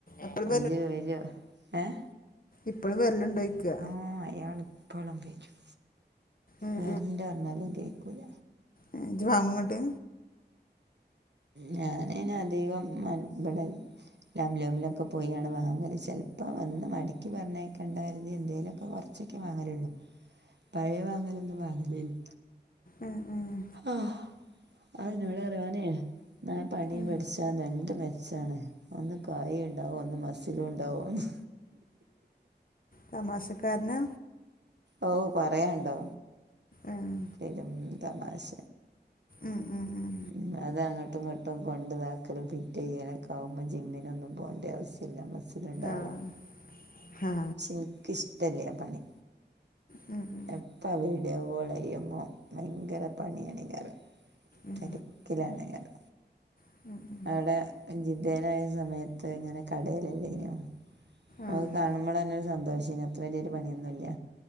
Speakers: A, on the left; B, on the right.
A: എപ്പളും
B: <unintelligible> ഏഹ്
A: ഇപളും വെര്ല്ണ്ടോയ്ക
B: ആഹ് അയാള് ഇപ്പളും വെരും
A: ഉം
B: വെര്ണ്ടർഞാലും കേക്കൂല
A: ഏ ജ് വാങ്ങുംണട്ട്
B: ഞാനൈന് അധികം മൻ വടെ ലാമാ ലൂമിലൊക്കെ പോയിയാണ് വാങ്ങല് ചെൽപ്പം വന്ന് മടക്കി പറഞ്ഞേക്കണ്ടാകെര്തി എന്തേലൊക്കെ കൊർച് ച്ചൊക്കെ വാങ്ങല്ള്ളൂ പയേ വാങ്ങലൊന്നും വാങ്ങല് ല്ല
A: ഉം ഉം ഉം
B: ആഹ് അത് ഇന്നൊടറിം ഓനെ ഇങ്ങനെ പണി
A: ഉം
B: പട്ചാ ച്ചാ രണ്ട് മെച്ചാണ് ഒന്ന് കായിണ്ടാവും ഒന്ന് മസിലുണ്ടാവുംന്ന്
A: തമാശകാരനാ
B: ഓ പറയാണ്ടോ
A: ആഹ്
B: പെരും തമാശ
A: ഉം ഉം ഉം
B: മ്മ് അത് അങ്ങട്ടും ഇങ്ങട്ടും കൊണ്ട്താക്കലും ഫിറ്റെയ്യലൊക്കാവുമ്പം ജിമ്മിനൊന്നും പോണ്ട്യാവുസ് ല്ല മസ്സില്ണ്ടാവും
A: ആഹ് ഹാ
B: പക്ഷെ ഇൻക്കിഷ്ടല്ലാ പണി
A: മ്മ് മ്മ്
B: എപ്പ വീഡിയോകോളെയ്യുമ്പം ഭയങ്കര പണിയാണേയ്കാരം
A: ഉം
B: തെരക്ക്ലാണേയ്കാരം
A: <inaudible>
B: ആടെ ജിദ്ദേലായ സമയത്ത് ഇങ്ങനെ കടേലെല്ലേനോ അമക്ക്
A: ആഹ്
B: കാണുമ്പളെന്നെ ഒരു സന്തോഷേനി അത്ര വെല്ല്യൊര് പണിയൊന്നുല്ല